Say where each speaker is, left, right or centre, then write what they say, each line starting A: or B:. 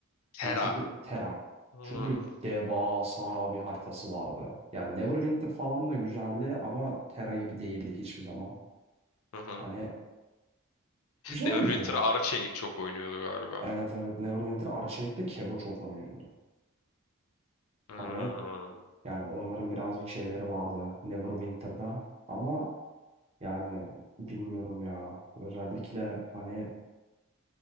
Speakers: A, on the left; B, on the right.
A: Terra.
B: Hani çünkü Terra.
A: Hmm.
B: Çünkü devasa bir haritası vardı. Yani Neverwinter falan da güzeldi ama Terra gibi değildi hiçbir zaman.
A: Hı hı.
B: Hani güzeldi
A: Neverwinter'a
B: ya.
A: Arı Çelik çok oynuyordu galiba.
B: Evet evet Neverwinter Arçelik'te Kebo çok oynuyordu.
A: Hmm.
B: Hani Yani onların birazcık şeyleri vardı Neverwinter'da ama yani bilmiyorum ya. Özellikle hani